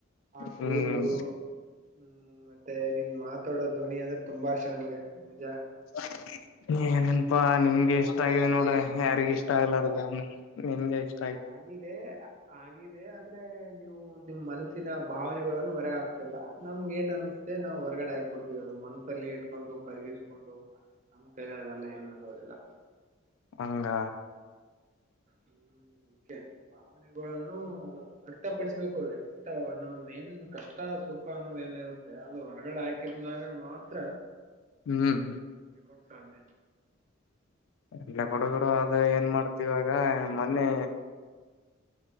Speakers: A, on the right; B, on the left.
A: ಆ ಕೂದ್ಲು
B: ಹ್ಮ್
A: ಹ್ಮ ಮತ್ತೆ ನಿನ್ ಮಾತಾಡೋ ಧ್ವನಿ ಅಂದ್ರೆ ತುಂಬಾ ಇಷ್ಟ ನನ್ಗೆ ನಿಜ
B: <inaudible> ಏನನ್ಪಾ ನಿನ್ಗ ಇಷ್ಟ ಆಗಿದೆ ನೋಡ ಯಾರಿಗ ಇಷ್ಟ ಆಗ್ಲಾರ ನಿನ್ಗೆ ಇಷ್
A: ಆಗ್ಲಿ ಇದೆ ಆಗಿದೆ ಅಂದ್ರೆ ನೀವು ನಿಮ್ಮ ಮನಸ್ಸಿನ ಭಾವನೆಗಳನ್ನು ಹೊರ ಹಾಕ್ತಿಲ್ಲ. ನಮ್ಗೆ ಏನ್ ಅನ್ಸುತ್ತೆ ಹೊರ್ಗಡೆ ಆಗ್ತ ಕುಡ್ತವಿ ಅದು ಮಂತ್ ಅಲ್ಲಿ ಇಟ್ಕೊಂಡು ಕರಗಿಸಕೊಂಡು ನಮ್ ಕದೆಲ್ಲ ಏನ ಆಗೋದಿಲ್ಲ.
B: ಹಂಗ
A: ಹ್ಮ್ ಭಾವನೆಗಳನ್ನು ವ್ಯಕ್ತಪಡಿಸಬೇಕು ವ್ಯಕ್ತ ನಮೇನು ಕಷ್ಟ ಕಷ್ಟ ಸುಖ ಅನ್ನೋದ ಏನಿರುತ್ತೆ ಅದು ಹೊರ್ಗಡೆ ಹಾಕಿದನಾಗ ಮಾತ್ರ.
B: ಹ್ಮ್
A: ಎಲ್ಲೋ ಕಾದ.
B: ಬಿಡು ಬಿಡು ಅದು ಏನ್ ಮಾಡ್ತಿ ಇವಾಗ ಮೊನ್ನೆ.